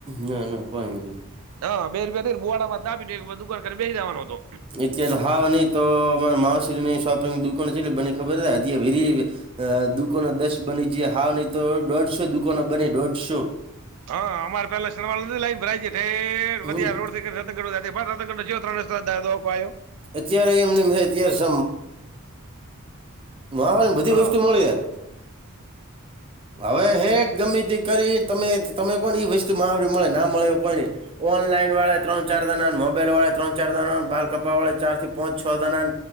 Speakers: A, on the right (about 25°); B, on the right (about 85°).
A: ના ના કોઈ એ ન
B: હા બે રપિયાઈને બુડા માં દાીને દુાન કરી બેસી દેવાનો હતો
A: અત્યારે હા નહીં તો અમા માશરી શોપિંગ દુકાન છે એટલે બને ખબર વેરી અ દુકોનો દસ બની જયા હાવ નહી તો દોઢસો દુકોનો બને દોઢસો
B: હા અમારે પેલા શનવા નથી લાઈન ભરાય છે ઠેર
A: હમ્મ.
B: વધરોડ થી કરી <unintelligible>
A: અત્યારે અમ નિમ હે અત્યારે સ મહ ને બધી
B: હા
A: વસ્તુ મળી એમ. હવે હે ગમે તે કરી તમે તમે કોને એઈ વસ્તુ મહાવરી મળે ના મળે એવુ કોઈ નય ઓનલાઈન વાળા ત્રણ ચાર જણા મોબાઈલ વાળા ત્રણ ચાર દણા બાલકપા વાળા ચાર થી પાંચ છ દણા.